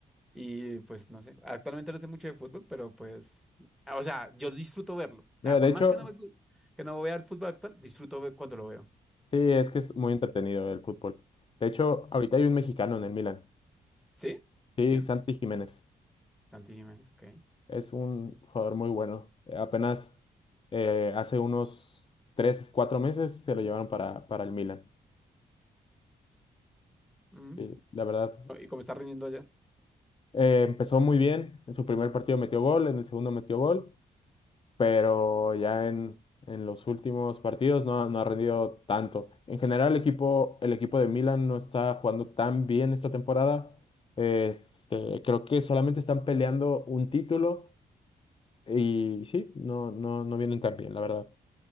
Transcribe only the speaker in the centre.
Y pues no sé, actualmente no sé mucho de fútbol, pero pues, ah, o sea, yo disfruto verlo. O
sea, por
más que no me, gu- que no vea el fútbol actual, disfruto ve- cuando lo veo.
¿Sí?
¿Quién?
Santi Jiménez, ok.
Mm.
Oh, ¿Y cómo está rindiendo allá?